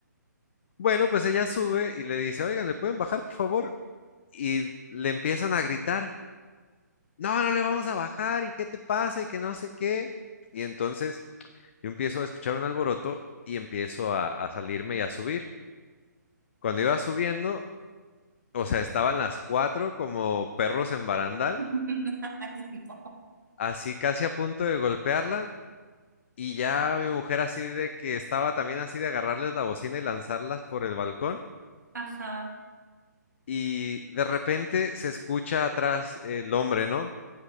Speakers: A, on the left; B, on the right.
A: Bueno, pues ella sube y le dice, oigan, ¿le pueden bajar, por favor? Y le empiezan a gritar, no, no le vamos a bajar, ¿y qué te pasa? Y que no sé qué. Y entonces yo empiezo a escuchar un alboroto y empiezo a, a salirme y a subir. Cuando iba subiendo, o sea, estaban las cuatro como perros en barandal,
B: <laughs> Ay, no.
A: así casi a punto de golpearla Y ya mi mujer así de que estaba también así de agarrarles la bocina y lanzarlas por el balcón.
B: Ajá,
A: Y de repente se escucha atrás el hombre, ¿no?